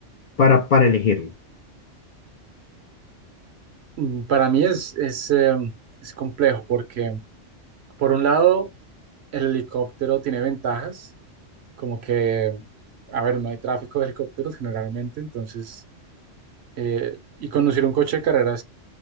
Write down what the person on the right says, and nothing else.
Mm, Para mí es, es, eh, es complejo porque, por un lado, el helicóptero tiene ventajas, como que, a ver, no hay tráfico de helicópteros generalmente, entonces, eh, y conducir un coche de carreras,